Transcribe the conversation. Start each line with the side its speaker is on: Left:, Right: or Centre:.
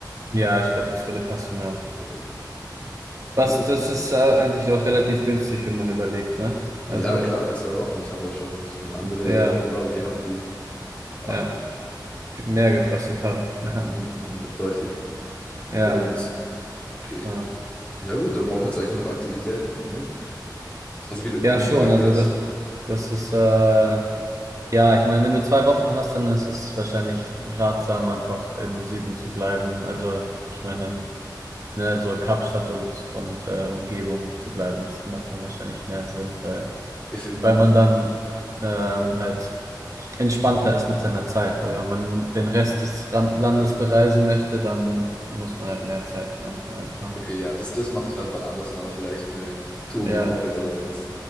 Right: Ja, ich glaube, das würde passen, ja.
Left: Okay,
Right: Was,
Left: ja, gut.
Right: das ist äh, eigentlich auch relativ günstig, wenn man überlegt, ne? Also,
Left: Ja, klar, für zwei Wochen. Ich habe auch schon, schon andere
Right: ja,
Left: Urlaube gehabt, die <laughs> Ah,
Right: ja, viel mehr gekostet haben. <laughs>
Left: mhm, mhm, deutlich.
Right: Ja,
Left: Und okay,
Right: ja.
Left: ja, gut, dann brauchen wir jetzt eigentlich nur noch Aktivitäten, oder nicht? Also, wie du,
Right: Ja,
Left: wie du
Right: schon.
Left: gesagt
Right: Also
Left: hast,
Right: das, das ist, äh, ja, ich meine, wenn du zwei Wochen hast, dann ist es wahrscheinlich ratsam, einfach im Süden zu bleiben. Also ich meine, dann, ne, so Kapstadt und, und äh, Umgebung zu bleiben, das macht dann wahrscheinlich mehr Sinn, weil,
Left: ist im
Right: weil man dann ähm, halt entspannter ist mit seiner Zeit. Weil wenn man den Rest des Ran- Landes bereisen möchte, dann muss man halt mehr Zeit ein einplanen.
Left: Okay, ja, das, das mache ich dann wann anders mal. Vielleicht eine Tour
Right: Ja,
Left: mit dem Moped oder sowas.